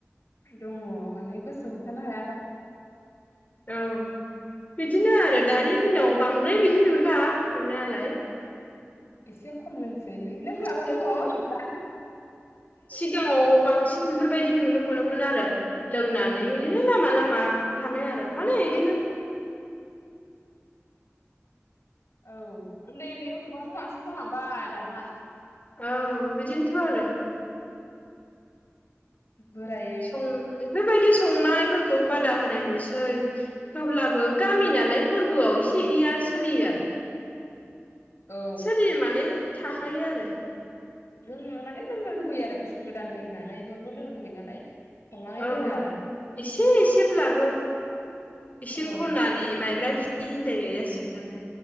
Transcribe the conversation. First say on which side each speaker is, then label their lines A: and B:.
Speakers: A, on the left; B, on the left.
A: दङ माने गोसो हमथानो हायाबा
B: औ बिदिनो आरो दानि दिनाव बांद्राय बिदि नुला नुनायालाय।
A: एसे खम लोंसै। लोंग्राबो
B: एसे
A: दङ
B: खम
A: आरो दानि
B: सिगाङाव बांसिन बेफोरबायदि नुनो मोनोमोन आरो। लोंनानै
A: उम
B: बिदिनो लामा लामा थानाय आरो माने इदिनो
A: औ उन्दै उन्दै गथ'फ्रासो बांसिन जालांबाय दाना।
B: औ बिदिनोथ' आरो।
A: बोराय
B: सं बेफोरबायदि संनायफोरखौ बादा होनाय नु सै थेवब्लाबो गामि नालाय फोरबोआव एसे एनैया सोलियो आरो।
A: औ
B: सोलियो माने। थाखायो आरो।
A: लोंनो माने लोंनो लुगैयो आरो बोसोर गोदाननि होननानै बयबो लोंनो लुगैयो नालाय संनानै
B: औ
A: दोनो आरो
B: एसे एसेब्लाबो इसिं
A: औ
B: खनानि माइ ब्रा बिदि होनलायनाय जासिगोन आरो।